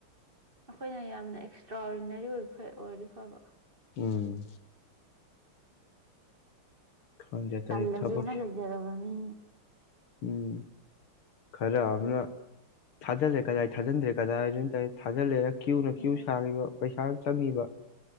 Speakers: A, on the right; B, on the left.
A: ꯑꯩꯈꯣꯏꯅ ꯌꯥꯝꯅ ꯑꯦꯛꯁꯇ꯭ꯔꯥ ꯑꯣꯔꯗꯤꯅꯔꯤ ꯑꯣꯏꯕ ꯑꯣꯏꯔꯗꯤ ꯐꯕ
B: ꯎꯝ ꯈꯪꯗꯦ ꯇꯔꯦ
A: ꯀꯜꯒꯅ
B: ꯊꯕꯛꯁꯦ
A: ꯂꯩꯖꯔꯕ ꯃꯤ
B: ꯎꯝ ꯈꯔ ꯑꯃꯅ ꯊꯥꯖꯤꯜꯂꯦ ꯀꯗꯥꯏ ꯊꯥꯖꯤꯟꯗ꯭ꯔꯦ ꯀꯗꯥꯏꯗ ꯊꯥꯖꯤꯜꯂꯦ ꯀ꯭ꯌꯨꯅ
A: ꯎꯝ
B: ꯀ꯭ꯌꯨ ꯁꯥꯡꯉꯤꯕ ꯄꯩꯁꯥ ꯆꯪꯉꯤꯕ